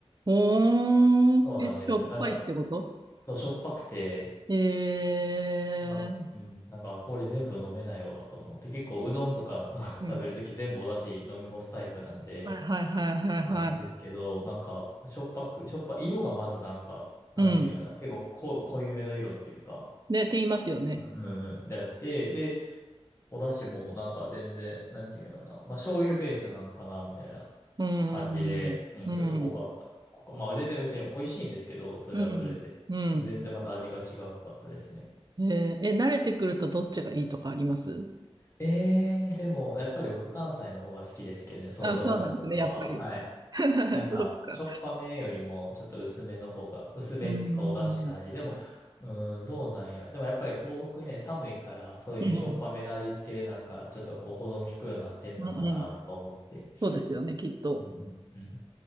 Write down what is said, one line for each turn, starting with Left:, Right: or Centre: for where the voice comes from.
Right: ほーえ、
Left: そうなんですよ。
Right: しょっぱいってこと
Left: なんか、そう、しょっぱくて、
Right: えー。
Left: ま、うん、なんか、これ全部飲めないわ、と思って。結構、うどんとかの <laughs>
Right: うん。
Left: 食べる時全部おだし飲み干すタイプなんで、
Right: はいはいはいはいはい。
Left: なんですけど、なんか、しょっぱく、しょっぱ、色がまずなんか、なんていうのかな、
Right: うん。
Left: 結構こ、濃いめの色っていうか、
Right: ね、って言いますよね。
Left: うん、うんうんであって、で、お出汁もなんか全然、なんていうんだろうな。まあ、醤油ベースなのかな、みたいな
Right: うん。
Left: 感じで、
Right: うん。
Left: うん、
Right: うん。
Left: ちょっと濃かった。濃かまあ、全然別に美味しいんですけど、それはそれで。
Right: うん。うん。
Left: でも全然また味が違うかったですね。
Right: えーえ、慣れてくるとどっちがいいとかあります
Left: えー、でも、やっぱり僕関西の方が好きですけどね、そういうお出汁とかは。
Right: あ、そうなんですね、やっぱり。
Left: はい。
Right: <laughs>
Left: なんか、
Right: そうか。
Left: しょっぱめよりも、ちょっと薄めの方が、薄めっていうかお出汁の味。
Right: うん、うん、
Left: でも、うーん、どうなんやろ。でもやっぱり東北ね、寒いから、そういうしょっぱめの味付けでなんか、
Right: うん、うん、
Left: ちょっとこう保存効くようになってんのかなとか思って。
Right: うんうん。そうですよね、きっと。
Left: うんうんうん